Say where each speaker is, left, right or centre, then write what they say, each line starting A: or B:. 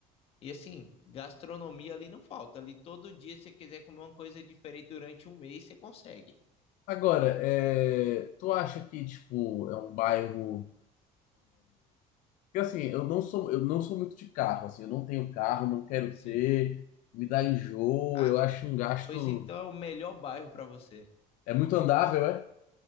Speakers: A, on the left; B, on the left.
A: E assim, gastronomia ali não falta. Ali todo dia, se você quiser comer uma coisa diferente durante um mês, você consegue.
B: Agora, é, tu acha que, tipo, é um bairro... Porque, assim, eu não sou, eu não sou muito de carro, assim. Eu não tenho carro, não quero
A: Sim.
B: ter. Me dá enjoo,
A: Ah,
B: eu acho um gasto...
A: pois então é o melhor bairro para você.
B: É muito andável, é?